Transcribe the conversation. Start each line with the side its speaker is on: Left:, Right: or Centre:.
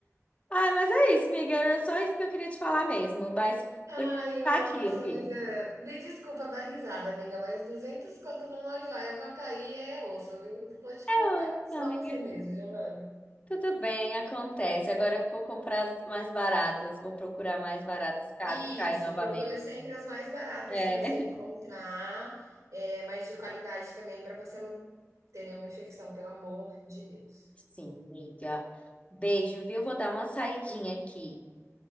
Left: Ai, mas é isso, amiga. Era só isso que eu queria te falar mesmo. Mas
Right: Ai,
Left: por enquanto
Right: nossa,
Left: tá aqui, eu fiz.
Right: mas é, me desculpa dar risada, amiga, mas 200 conto numa joia pra cair é osso, viu? Vou te
Left: É,
Right: contar. Só
Left: ô, amiga.
Right: você mesmo, Giovana.
Left: Tudo bem, acontece. Agora eu vou comprar as mais baratas, vou procurar mais baratas caso
Right: Isso,
Left: caia novamente.
Right: procura sempre as mais baratas
Left: É.
Right: que você
Left: <laughs>
Right: encontrar, eh, mas de qualidade também para você não ter nenhuma infecção, pelo amor de Deus.
Left: Sim, miga. Beijo, viu? Vou dar uma saidinha aqui.